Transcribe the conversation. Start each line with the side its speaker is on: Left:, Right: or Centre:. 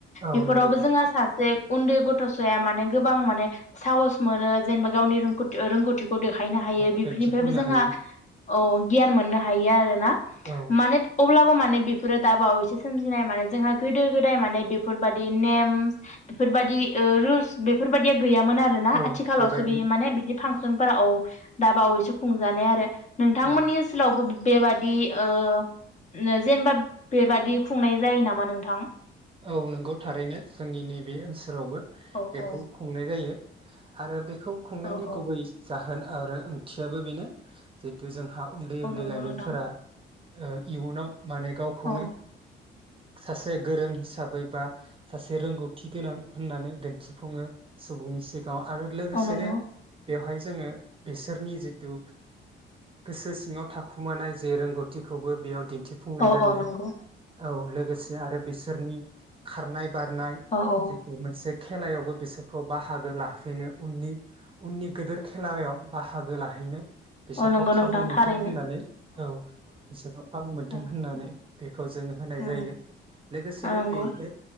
Right: औ
Left: बेफोरावबो
Right: नंगौ
Left: जोंहा सासे उन्दै गथ'साया माने गोबां माने साहस मोनो जेनेबा गावनि रथि रोंगौथिखौ देखायनो हायो
Right: औ
Left: बेफोरनिफ्रायबो
Right: दिन्थिफुंनो
Left: जोंहा
Right: हायो
Left: औ गियान मोननो हायो आरो ना। माने
Right: औ
Left: अब्ला माने बेफोरो दाबावैसे सोमजिनाय माने जोंहा गोदो गोदाय माने बेफोरबायदि नेम बेफोरबायदि रुल्स बेफोरबायदि गैयामोन आरोना
Right: औ
Left: आथिखालावसो
Right: बेबायदि
Left: बि माने बिदि फांसनफोरा औ दा बावैसो खुंजानाय आरो नोंथांमोननि
Right: औ
Left: ओनसोलावबो बेबादि ओ जेनेबा बेबादि खुंनाय जायो नामा नोंथां?
Right: औ नोंगौ थारैनो जोंनि नैबे ओनसोलावबो
Left: औ
Right: बेखौ
Left: औ
Right: खुंनाय जायो। आरो बे खौ खुंनायनि
Left: औ औ
Right: गुबै जाहोन आरो ओंथियाबो बेनो जितु जों हा उन्दै
Left: औ
Right: उन्दै
Left: नंगौ
Right: लाइमोनफोरा
Left: नोंथां
Right: ओ इयुनाव माने गावखौनो
Left: औ
Right: सासे गोरों हिसाबै बा सासे रोंगौथि गोनां होननानै दिन्थिफुङो सुबुंनि सिगाङां गाव आरो लोगोसेनो
Left: औ नंगौ
Right: बेवहाय जोङो बिसोरनि जिथु गोसो सिङाव थाखुमानाय जे रोंगौथिखौबो बेयाव दि दिन्थिफुंनाय
Left: औ
Right: जायो
Left: औ नंगौ
Right: औ लोगोसे आरो बिसोरनि खारनाय। बारनाय
Left: औ औ
Right: जिथु मोनसे <unintelligible> खेलायावबो बिसोरखौ बाहागो लाफैनो उननि उननि गिदिर खेलायाव बाहागो लाहैनो। बिसोरखौ
Left: औ नंगौ
Right: खाबु
Left: नोंथां
Right: मोनथों
Left: थारैनो
Right: होननानै औ बिसोरखौ खाबु मोनथों
Left: औ
Right: होननानै‌। खौ जोङो होनाय
Left: औ
Right: जायो लोगोसेनो।
Left: नंगौ
Right: <unintelligible> देबदो